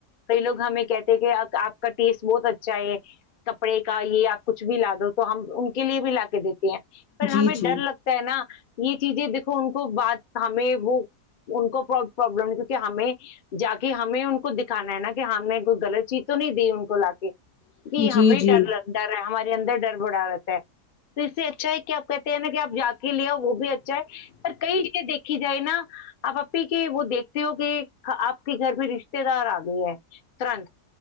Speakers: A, on the left; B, on the left.
A: کئی لوگ ہمیں کہتے ہیں کہ آپ کا ٹیسٹ بہت اچھا ہے کپڑے کا یہ آپ کچھ بھی لا دو تو ہم ان کے لیے بھی لا کے دیتے ہیں پر
B: جی
A: ہمیں
B: جی
A: ڈر لگتا ہے نا یہ چیزیں دیکھو ان کو بات ہمیں وہ ان کو پرابلم کیونکہ ہمیں جا کے ہمیں ان کو دکھانا ہے نا کہ ہم نے کوئی غلط چیز تو نہیں دی ان کو لا کے
B: جی
A: ج ہمیں
B: جی
A: ڈر ڈر ہے ہماری ر ڈر بڈا آت تو اس سے اچھا ہے کہ آپ کہتے ہیں نا کہ آپ جا کے لےیا وہ بھی اچھا ہے پر کئی جگہ دیکھی جائے نا آپ اھی کے وہ دیکھتے ہو کہ آپ کے گھر میں رشتے دار آ گئے ہیں ترنت